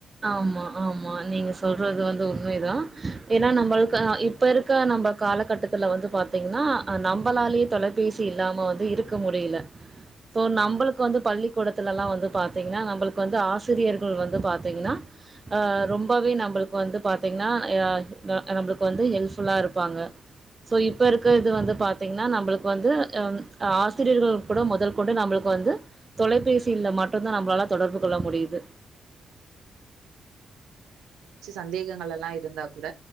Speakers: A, on the right; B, on the right.
A: ஆமா ஆமா நீங்க சொல்றது வந்து உண்மைதான் ஏன்னா நம்மளுக்கு இப்ப இருக்க நம்ம காலகட்டத்துல வந்து பாத்தீங்கன்னா நம்மளாலேயே தொலைபேசி இல்லாம வந்து இருக்க முடியல சோ நம்மளுக்கு வந்து பள்ளிக்கூடத்துல எல்லாம் வந்து பாத்தீங்கன்னா நம்மளுக்கு வந்து ஆசிரியர்கள் வந்து பா பாத்தீங்கன்னா ஆ ரொம்பவே நம்பளுக்கு வந்து பாத்தீங்கன்னா ஆ <unintelligible> நம்பளுக்கு வந்து ஹெல்ப்ஃபுல்லா இருப்பாங்க சோ இப்ப இருக்கறது வந்து பாத்தீங்கன்னா நம்பளுக்கு வந்து ஆ ஆசிரியர்கள் கூட மொதல் கொண்டு நம்மளுக்கு வந்து தொலைபேசில மட்டு தா நம்பளால தொடர்பு கொள்ள முடியுது
B: சந்தேகங்களெல்லா இருந்தா கூட